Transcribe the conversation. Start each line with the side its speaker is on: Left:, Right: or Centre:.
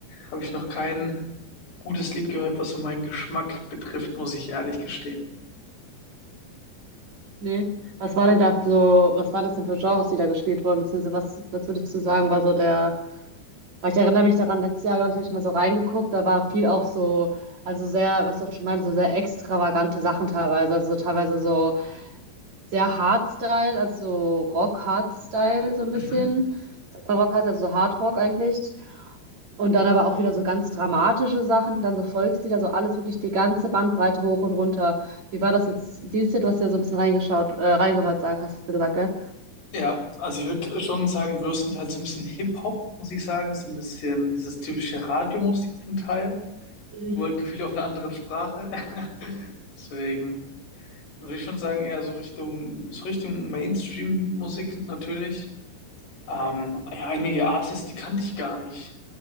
Left: habe ich noch kein gutes Lied gehört, was so meinen Geschmack betrifft, muss ich ehrlich gestehen.
Right: Nee. Was war denn da so, was waren das denn für Genres, die da gespielt wurden? Beziehungsweise was, was würdest du sagen, war so der Aber ich erinnere mich daran, letztes Jahr, glaube ich, habe ich mal so reingeguckt, da war viel auch so, also sehr, was du auch schon meintest, so sehr extravagante Sachen teilweise. Also teilweise so sehr Hardstyle, also so Rock-Hardstyle so ein bisschen.
Left: Mhm.
Right: Sagt man Rock-Hardstyle, also so Hardrock eigentlich. Und dann aber auch wieder so ganz dramatische Sachen, dann so Volkslieder, so alles wirklich die ganze Bandbreite hoch und runter. Wie war das jetzt dieses Jahr? Du hast ja so ein bisschen reingeschaut, äh, reingehört, sag, hast du gesagt, gell?
Left: Ja, also ich würde schon sagen, größtenteils so ein bisschen Hip-Hop, muss ich sagen. So ein bisschen dieses typische Radiomusik zum Teil,
Right: Mhm.
Left: nur gefühlt auf einer anderen Sprache. <laughs> Deswegen würde ich schon sagen, eher so Richtung, so Richtung Mainstream-Musik natürlich. Ähm, ja, einige Artists, die kannte ich gar nicht.